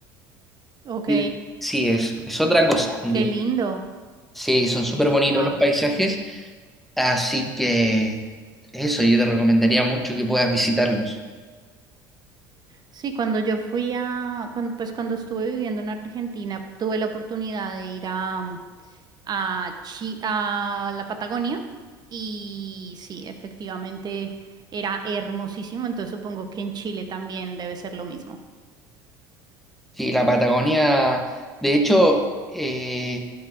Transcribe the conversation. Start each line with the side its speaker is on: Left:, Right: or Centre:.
Right: Ok.
Centre: Sí, Sí, es, es otra cosa, digo.
Right: Qué lindo.
Centre: Sí, son súper bonitos
Right: Wow.
Centre: los paisajes, así que eso yo te recomendaría mucho que puedas visitarlos.
Right: Sí, cuando yo fui a, cuan- pues cuando estuve viviendo en Argentina, tuve la oportunidad de ir a, mm, a, Chi- a la Patagonia y sí, efectivamente era hermosísimo, entonces supongo que en Chile también debe ser lo mismo.
Centre: Sí, la Patagonia, de hecho, eh,